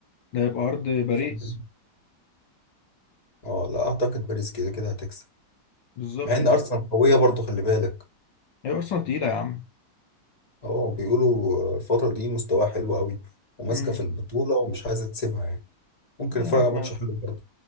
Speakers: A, on the left (about 75°); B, on the left (about 20°).
A: ده يبقى ارض باريس
B: اتفضل. اه لا اعتقد باريس كده كده هتكسب
A: بالظبط
B: مع ان
A: اه
B: ارسنال قويه برضو خلي بالك
A: هي ارسنال تقيله يا عم
B: اه بيقولوا الفتره دي مستواها حلو قوي وماسكه
A: امم
B: في البطوله ومش عايزه تسيبها يعني ممكن
A: يا
B: نتفرج
A: عم
B: على ماتش حلو برضو